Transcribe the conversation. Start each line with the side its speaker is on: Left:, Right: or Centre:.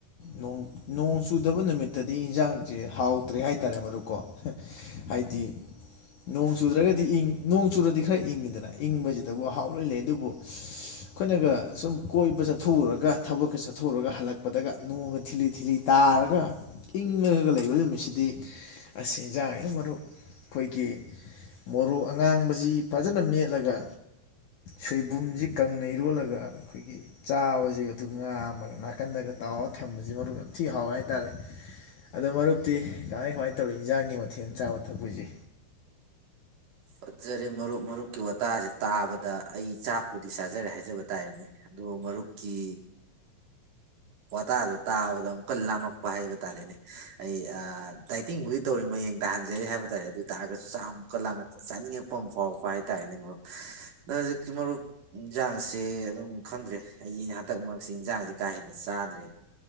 Left: ꯅꯣꯡ ꯆꯨꯗꯕ ꯅꯨꯃꯤꯠꯇꯗꯤ ꯏꯟꯖꯥꯡꯁꯦ ꯍꯥꯎꯇ꯭ꯔꯦ ꯍꯥꯏꯇꯥꯔꯦ ꯃꯔꯨꯀꯣ ꯍꯥꯏꯗꯤ ꯅꯣꯡ ꯆꯨꯗ꯭ꯔꯒꯗꯤ ꯅꯣꯡ ꯆꯨꯔꯗꯤ ꯈꯔ ꯏꯪꯉꯤꯗꯅ ꯏꯪꯕꯁꯤꯗꯕꯨ ꯍꯥꯎꯔ ꯂꯩ ꯑꯗꯨꯕꯨ ꯑꯩꯈꯣꯏꯅꯒ ꯁꯨꯝ ꯀꯣꯏꯕ ꯆꯠꯊꯣꯛꯎꯨꯔꯒ ꯊꯕꯛꯀ ꯆꯠ ꯆꯥꯊꯣꯛꯑꯒ ꯍꯜꯂꯛꯄꯗꯒ ꯅꯣꯡꯃ ꯊꯤꯂꯤ ꯊꯤꯂꯤ ꯇꯥꯔꯒ ꯏꯪꯉꯒ ꯂꯩꯕ ꯅꯨꯃꯤꯠꯁꯤꯗꯤ ꯑꯁꯤ ꯏꯟꯖꯥꯡꯅꯤ ꯃꯔꯨꯞ ꯑꯩꯈꯣꯏꯒꯤ ꯃꯣꯔꯣꯛ ꯑꯉꯥꯡꯕꯁꯤ ꯐꯖꯅ ꯃꯦꯠꯂꯒ ꯁꯣꯏꯕꯨꯝꯁꯤ ꯀꯪꯅ ꯏꯔꯣꯜꯂꯒ ꯑꯩꯈꯣꯏꯒꯤ ꯆꯥꯕꯁꯤ ꯑꯗꯨ ꯉꯥꯝ ꯅꯥꯀꯟꯗꯒ ꯇꯥꯎꯔꯒ ꯊꯝꯕꯁꯤ ꯃꯔꯨꯞ ꯌꯥꯝ ꯊꯤ ꯍꯥꯎꯋꯦ ꯍꯥꯏꯇꯥꯔꯦ ꯑꯗꯣ ꯃꯔꯨꯞꯇꯤ ꯀꯃꯥꯏ ꯀꯃꯥꯏꯅ ꯇꯧꯔꯤ ꯏꯟꯖꯥꯡꯒꯤ ꯃꯊꯦꯜ ꯆꯥꯕ ꯊꯛꯄꯁꯦ
Right: ꯐꯠꯖꯔꯦ ꯃꯔꯨꯞ ꯃꯔꯨꯞꯀꯤ ꯋꯥꯇꯥꯁꯦ ꯇꯥꯕꯗ ꯑꯩ ꯆꯥꯛꯄꯨꯗꯤ ꯆꯥꯖꯔꯦ ꯍꯥꯏꯖꯕ ꯇꯥꯔꯦꯅꯦ ꯑꯗꯨꯗꯣ ꯃꯔꯨꯞꯀꯤ ꯋꯥꯇꯥꯗ ꯇꯥꯕꯗ ꯑꯃꯨꯛꯀ ꯂꯥꯝꯃꯛꯄ ꯍꯥꯏꯕ ꯇꯥꯔꯦꯅꯦ ꯑꯩ ꯗꯥꯏꯇꯤꯡꯕꯨꯗꯤ ꯇꯧꯔꯤ ꯃꯌꯦꯡ ꯇꯥꯍꯟꯖꯔꯤ ꯍꯥꯏꯕ ꯇꯥꯔꯦ ꯑꯗꯨ ꯑꯣꯏ ꯇꯥꯔꯒꯁꯨ ꯆꯥꯛ ꯑꯃꯨꯛꯀꯟ ꯂꯥꯝꯃꯛꯄ ꯆꯥꯅꯤꯡꯉꯛꯄ ꯑꯃ ꯐꯥꯎꯔꯛꯄ ꯍꯥꯏꯇꯥꯥꯔꯦꯅꯦ ꯃꯔꯨꯞ ꯑꯗꯣ ꯍꯧꯖꯤꯛꯇꯤ ꯃꯔꯨꯞ ꯌꯦꯟꯁꯥꯡꯁꯦ ꯑꯗꯨꯝ ꯈꯪꯗ꯭ꯔꯦ ꯑꯩꯒꯤ ꯍꯟꯇꯛ ꯃꯔꯛꯁꯤ ꯏꯟꯖꯥꯡꯁ ꯀꯥ ꯍꯦꯟꯅ ꯆꯥꯗ꯭ꯔꯦ